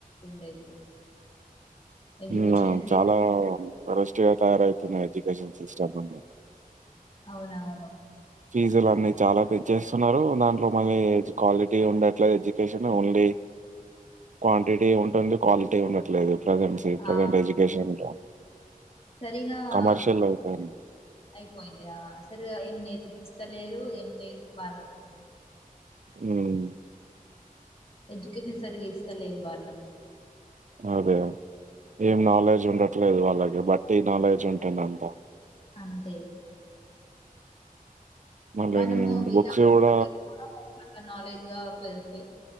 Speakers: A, on the left (about 40°); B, on the right (about 55°).
A: ఉండేదు ఎడ్యుకేషన్
B: మ్
A: ఫీ
B: చాలా వారెస్ట్ గ తయారయితున్నాయి ఎడ్యుకేషన్ సిస్టమ్ అన్ని
A: అవునవు
B: ఫీజ్ ఎల ఉన్నాయి. చాల పెంచేస్తున్నారు దాంట్లో మళ్ళీ క్వాలిటీ ఉండట్లేదు ఎడ్యుకేషన్ ఓన్లీ క్వాంటిటీ ఉంటుంది క్వాలిటీ ఉండట్లేదు. ప్రెజెంట్ సి ప్రెజెంట్
A: ఆ
B: ఎడ్యుకేషన్‌లో.
A: సరిగా
B: కమర్షియల్
A: ఆ
B: అయిపోయింది.
A: అయిపోయింది ఆ సరి నేర్పిస్తలేరు ఏం లేదు వాళ్ళకు
B: ఉమ్
A: ఎడ్యుకేషన్ సరిగా ఇస్తలేదు వాళ్ళ
B: అదే. ఏం నాలెడ్జ్ ఉండట్లేదు వాళ్ళకి బట్టి నాలెడ్జ్ ఉంటుంది అంతా
A: అంతే
B: మళ్ళీ
A: మనము వితౌట్
B: బుక్స్ కూడ
A: మనీ కూడా చాలా నాలెడ్జ్ గా పె పె